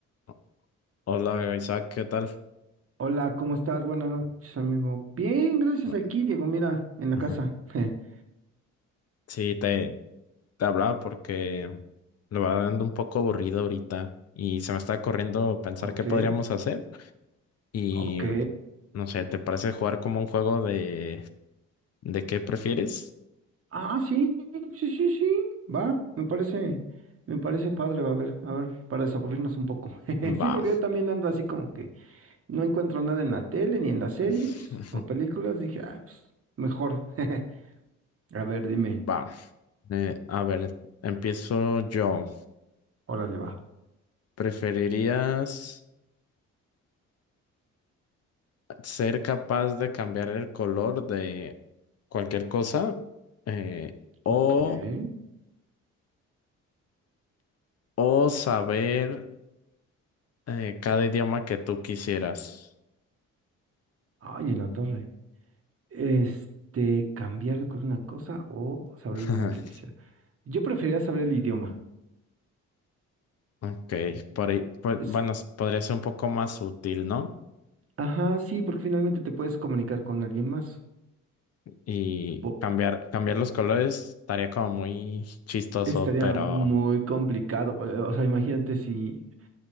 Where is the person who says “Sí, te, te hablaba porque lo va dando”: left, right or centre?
Left